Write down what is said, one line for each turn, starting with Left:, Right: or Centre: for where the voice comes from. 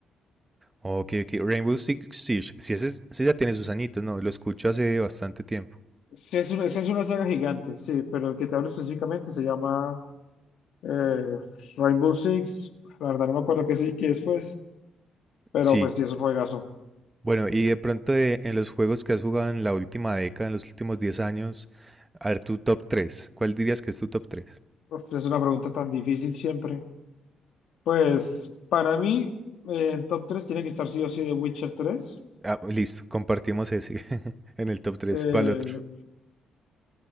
Right: Ok, ok. Rainbow Six Siege. Sí, ese, es- ese ya tiene sus añitos, ¿no? Lo escucho hace bastante tiempo.
Left: Sí, es una, esa es una saga gigante, sí, pero el que te hablo específicamente se llama eh, Rainbow Six. La verdad no me acuerdo qué, sí- qué es, pues, pero
Right: Sí.
Left: pues sí, es un juegazo.
Right: Bueno, y de pronto de- en los juegos que has jugado en la última década, en los últimos 10 años, a ver, tu top tres ¿Cuál dirías que es tu top tres
Left: Uf, es una pregunta tan difícil siempre. Pues para mí, eh, en top tres tiene que estar sí o sí The Witcher tres
Right: Ah, listo, compartimos ese <laughs> en el top tres
Left: Eh,
Right: ¿Cuál otro?